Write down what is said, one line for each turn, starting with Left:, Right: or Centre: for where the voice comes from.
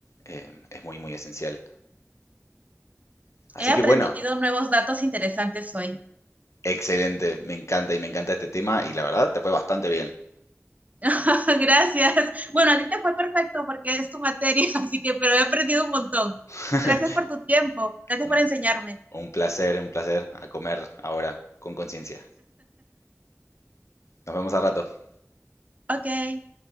Left: eh, es muy, muy esencial. Así
Right: He aprendido
Left: que bueno,
Right: nuevos datos interesantes hoy.
Left: excelente. Me encanta y me encanta este tema y la verdad te fue bastante bien.
Right: <laughs> Gracias. Bueno, a ti te fue perfecto porque es tu materia, <laughs> así que, pero he aprendido un montón.
Left: <laughs>
Right: Gracias por tu tiempo. Gracias
Left: Un,
Right: por enseñarme.
Left: un placer, un placer a comer ahora con conciencia. Nos vemos a rato.
Right: Ok.